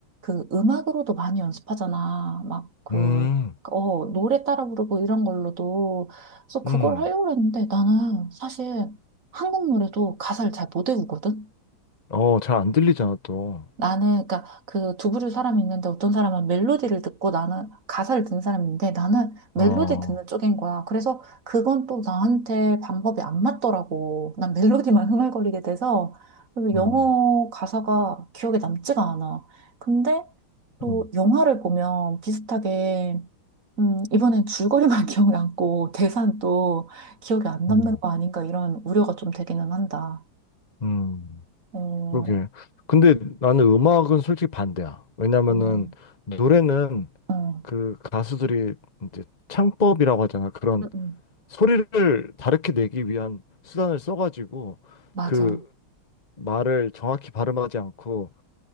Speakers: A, on the right; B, on the left.
A: 그 음악으로도 많이 연습하잖아. 막 그,
B: 음,
A: 어, 노래 따라 부르고 이런 걸로도. 그래서 그걸
B: 음.
A: 하려고 했는데 나는 사실 한국 노래도 가사를 잘 못 외우거든?
B: 어, 잘 안 들리잖아, 또.
A: 나는 그러니까 그 두 부류 사람이 있는데 어떤 사람은 멜로디를 듣고 나는 가사를 듣는 사람인데 나는 멜로디
B: 어,
A: 듣는 쪽인 거야. 그래서 그건 또 나한테 방법이 안 맞더라고. 난 멜로디만 <laughs> 흥얼거리게 돼서 그리고
B: 음,
A: 영어 가사가 기억에 남지가 않아. 근데 또
B: 음,
A: 영화를 보면 비슷하게 음, 이번엔 줄거리만 <laughs> 기억이 남고 대사는 또 기억이 안 남는
B: 음,
A: 거 아닌가 이런 우려가 좀 되기는 한다.
B: 음.
A: 어,
B: 그러게. 근데 나는 음악은 솔직히 반대야. 왜냐면은
A: 어,
B: 노래는
A: 어,
B: 그 가수들이 이제 창법이라고 하잖아. 그런
A: 음, 음.
B: 소리를 다르게 내기 위한 수단을 써가지고
A: 맞아.
B: 그 말을 정확히 발음하지 않고